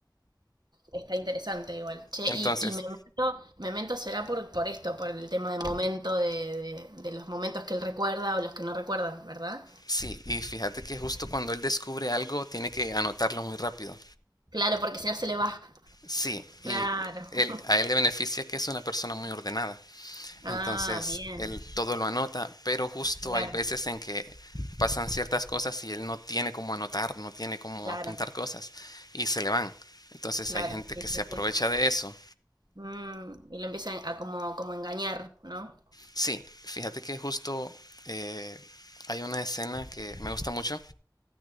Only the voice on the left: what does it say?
Entonces,
sí, y fíjate que justo cuando él descubre algo tiene que anotarlo muy rápido.
Sí, y
él,
a él le beneficia que es una persona muy ordenada.
Entonces
él todo lo anota, pero justo
hay veces en que pasan ciertas cosas y él no tiene cómo anotar, no tiene cómo
apuntar cosas y se le van. Entonces
hay gente
que se
aprovecha de eso.
Sí, fíjate que justo eh, hay una escena que me gusta mucho.